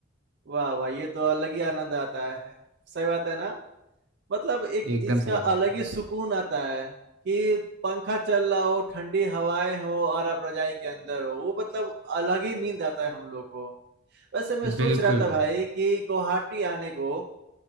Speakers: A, on the right; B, on the right.
A: वाह वाह! ये तो अलग ही आनंद आता है। सही बात है ना? मतलब एक
B: एकदम
A: इसका
B: सही बात
A: अलग ही सुकून आता है कि पंखा चल रहा हो, ठंडी हवाएँ हो और आप रज़ाई के अंदर हो। वो मतलब अलग ही नींद आता है हम लोग को। वैसे
B: है
A: मैं सोच
B: बिल्कुल
A: रहा था भाई
B: भाई
A: कि गुवाहाटी आने को